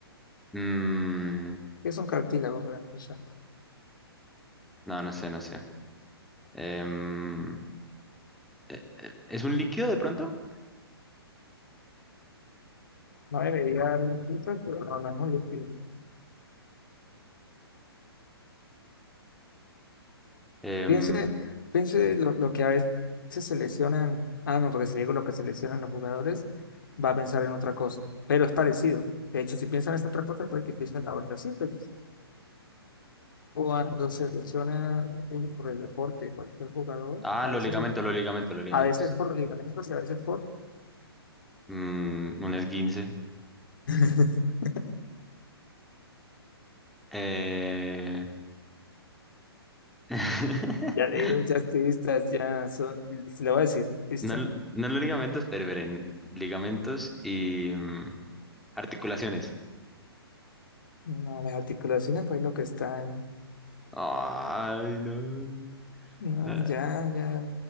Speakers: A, in the centre; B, on the left.
A: Mm,
B: Es un cartílago para empezar.
A: no, no sé, no sé. Em, eh, eh, ¿es un líquido de pronto?
B: No debería haber listas, pero no, no es un líquido.
A: Em,
B: Piensa Piense lo, lo que a veces seleccionan, ah, no, porque si le digo lo que seleccionan los jugadores, va a pensar en otra cosa, pero es parecido. De hecho, si piensan en esta otra cosa, puede que piensen en la otra. Sí, pero cuando seleccionan un- por el deporte, cualquier jugador,
A: ah,
B: a
A: los
B: veces,
A: ligamentos,
B: es-
A: los ligamentos, los ligamentos.
B: a veces por los ligamentos y a veces por.
A: Mm, un esguince.
B: <laughs>
A: Eh, <laughs>
B: Ya leí muchas pistas, ya son, le voy a decir, ¿listo?
A: No, no los ligamentos, pero esperen, ligamentos y mm, articulaciones.
B: No, las articulaciones, pues lo que están.
A: Ay, no.
B: No,
A: Ah,
B: ya, ya,